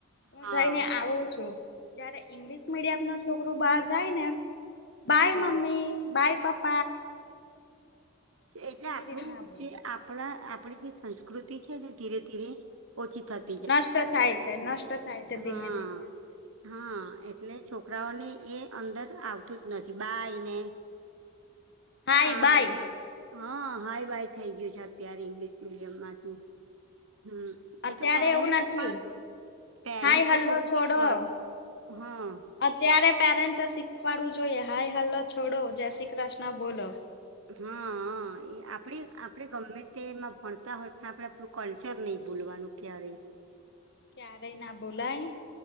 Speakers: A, on the left; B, on the right.
A: હું
B: હા
A: જઈને આવું છું, જારે ઈંગ્લિશ મીડિયમ ન છોકરું બાર જાય ને. બાય
B: હા
A: મમ્મી બાય પાપા.
B: એટલે
A: એવી
B: આપણું
A: રીતના બોલે
B: જે આપણા આપણી જે સંસ્કૃતિ છે એને ધીરે ધીરે, ઓછી થતી
A: નષ્ટ થાય છે નષ્ટ થાય છે ધીમે
B: હા
A: ધીમે.
B: હા એટલે છોકરાઓને એ અંદર આવતું જ નથી બાય ને.
A: <inaudible>
B: હ
A: બાય
B: હા હાઈ બાય થઈ ગયું છે અત્યારે ઈંગ્લિશ મીડિયમ માંથી. હમ.
A: અત્યારે
B: એ તો પેરેન્ટ્સ
A: એવું નથી
B: પણ પેરેન્ટ્સ
A: હાય હલ્લો
B: થોડું
A: છોડો
B: શીખવાનું, હા.
A: અત્યારે પેરેન્ટ્સ શીખવાડવું જોઈએ હાઈ હેલ છોડો જય શ્રી કૃષ્ણ બોલો.
B: હા એ આપણે આપણેે ગમે તે એમાં ભણતા હોય પણ આપડણે આપણું કલ્ચર નઈ ભૂલવાનું. ક્યારેય.
A: ક્યારે ના ભુલાય.